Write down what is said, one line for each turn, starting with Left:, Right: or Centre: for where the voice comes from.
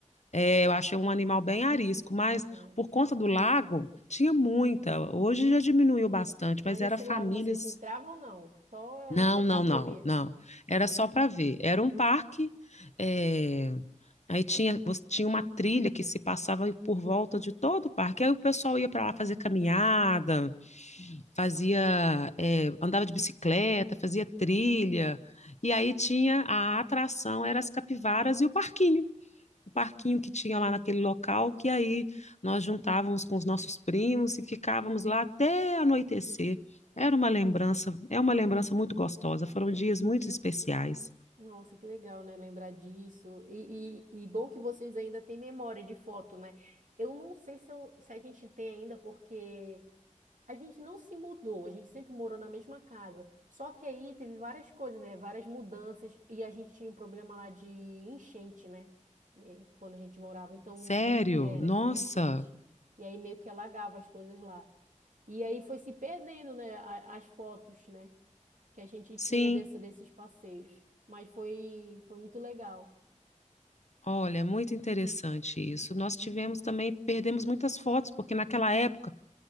Left: é, eu acho um animal bem arisco, mas
Right: né?
Left: por conta do lago, tinha muita. Hoje já diminuiu bastante,
Right: Mas
Left: mas
Right: esse
Left: era famílias.
Right: lago vocês entravam ou não? Só, era
Left: Não,
Right: só para
Left: não,
Right: ver
Left: não,
Right: mesmo.
Left: não. Era só para ver. Era um parque, é, Aí tinha, você- tinha uma trilha que se passava por volta de todo o parque. Aí o pessoal ia para lá fazer caminhada fazia, eh, andava de bicicleta, fazia trilha. E aí tinha a atração, eram as capivaras e o parquinho. O parquinho que tinha lá naquele local, que aí nós juntávamos com os nossos primos e ficávamos lá até anoitecer. Era uma lembrança, é uma lembrança muito gostosa. Foram dias muito especiais.
Right: Nossa, que legal, né? Lembrar disso. E, e, e bom que vocês ainda têm memória de foto, né? Eu não sei se, eu- se a gente tem ainda, porque a gente não se mudou, a gente sempre morou na mesma casa. Só que aí teve várias coisas, né? Várias mudanças, e a gente tinha um problema lá de enchente, né? É, Quando a gente morava. Então,
Left: Sério?
Right: era,
Left: Nossa,
Right: tinha enchente. E aí meio que alagava as coisas lá. E aí foi se perdendo, né? a- As fotos, né? que a gente
Left: sim.
Right: tinha desse, desses passeios. Mas foi, foi muito legal.
Left: Olha, muito interessante isso. Nós tivemos também, perdemos muitas fotos, porque naquela época